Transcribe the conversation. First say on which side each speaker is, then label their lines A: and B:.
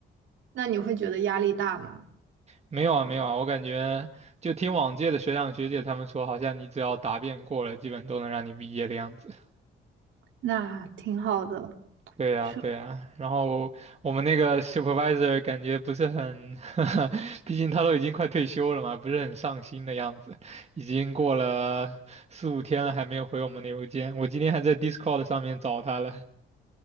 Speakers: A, on the right; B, on the right.
A: 那你会觉得压力大吗？
B: 没有啊，没有啊，我感觉就听往届的学长学姐他们说，好像你只要答辩过了，基本都能让你毕业的样子。
A: 那挺好的，
B: 对呀，
A: 是，
B: 对呀，然后我们那个 supervisor 感觉不是很 <laughs> 毕竟他都已经快退休了嘛，不是很上心的样子。已经过了四五天了，还没有回我们的邮件。我今天还在 Discord 上面找他了。